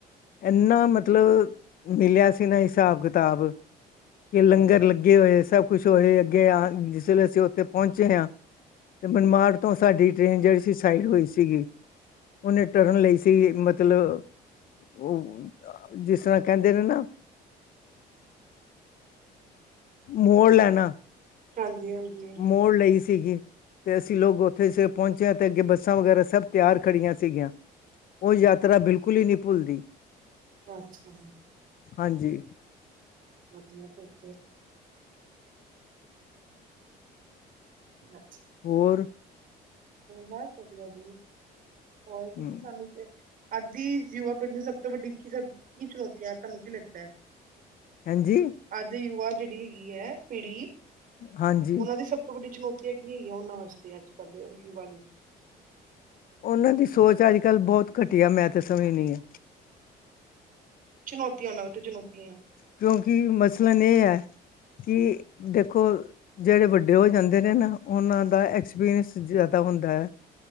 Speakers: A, on the left; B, on the right.
A: ਇਨਾ ਮਤਲਬ ਮਿਲਿਆ ਸੀ ਨਾ ਹਿਸਾਬ- ਕਿਤਾਬ। ਕਿ ਲੰਗਰ ਲੱਗੇ ਹੋਏ ਸਭ ਕੁੱਛ ਹੋ ਰਹਾ ਅੱਗੇ ਆ ਜਿਸ ਵੇਲੇ ਅਸੀਂ ਉੱਥੇ ਪਹੁੰਚੇ ਹਾਂ। ਤੇ ਮਨਮਾੜ ਤੋਂ ਸਾਡੀ ਟ੍ਰੇਨ ਜਿਹੜੀ ਸੀ ਸਾਈਡ ਹੋਈ ਸੀਗੀ। ਉਹਨੇ ਟਰਨ ਲਈ ਸੀ ਮਤਲਬ। ਉਹ ਜਿਸ ਤਰ੍ਹਾਂ ਕਹਿੰਦੇ ਨੇ ਨਾ। ਮੋੜ ਲੈਣਾ।
B: ਹਾਂਜੀ-ਹਾਂਜੀ।
A: ਮੋੜ ਲਈ ਸੀਗੀ। ਤੇ ਅਸੀਂ ਲੋਕ ਉੱਥੇ ਪਹੁੰਚਿਆ ਤੇ ਅੱਗੇ ਬੱਸਾਂ ਵਗੈਰਾ ਸਭ ਤਿਆਰ ਖੜੀਆਂ ਸੀਗੀਆਂ। ਉ ਯਾਤਰਾ ਬਿਲਕੁਲ ਹੀ ਨਹੀਂ ਭੁੱਲਦੀ।
B: ਅੱਛਾ
A: ਹਾਂਜੀ
B: ਵਧੀਆ ਫਿਰ ਤੇ। ਅੱਛਾ।
A: ਹੋਰ
B: ਹੋਰ ਬਸ ਵਧੀਆ ਜੀ ਹੋਰ ਸਾਨੂੰ
A: ਹਮ
B: ਅੱਜ ਦੀ ਯੀਵਾ ਪੀੜ੍ਹੀ ਨੂੰ ਸਭ ਤੋਂ ਵੱਡੀ ਸਭ ਕੀ ਚੁਣੌਤੀ ਹੈ ਤੁਹਾਨੂੰ ਕੀ ਲੱਗਦਾ ਹੈ।
A: ਹਾਂਜੀ।
B: ਅੱਜ ਦੀ ਯੁਵਾ ਜਿਹੜੀ ਹੈਗੀ ਹੈ ਪੀੜੀ
A: ਹਾਂਜੀ
B: ਉਹਨਾਂ ਦੀ ਸਭ ਵੱਡੀ ਚੁਣੌਤੀਆਂ ਕੀ ਹੈਗੀਆਂ ਉਹਨਾਂ ਵਾਸਤੇ ਅੱਜ ਕੱਲ ਦੇ ਯੁਵਾ ਲਈ
A: ਉਹਨਾਂ ਦੀ ਸੋਚ ਅੱਜ ਕੱਲ੍ਹ ਬਹੁਤ ਘਟੀਆ ਮੈਂ ਤੇ ਸਮਝਣੀ ਆ
B: ਚੁਣੌਤੀਆਂ ਨਵ ਤੇ ਚੁਣੌਤੀਆਂ।
A: ਕਿਉਂਕਿ ਮਸਲਨ ਇਹ ਹੈ ਕਿ ਦੇਖੋ ਜਿਹੜੇ ਵੱਡੇ ਹੋ ਜਾਂਦੇ ਨੇ ਨਾ ਉਹਨਾਂ ਦਾ ਐਕਸਪੀਰੀਅੰਸ ਜ਼ਿਆਦਾ ਹੁੰਦਾ ਹੈ।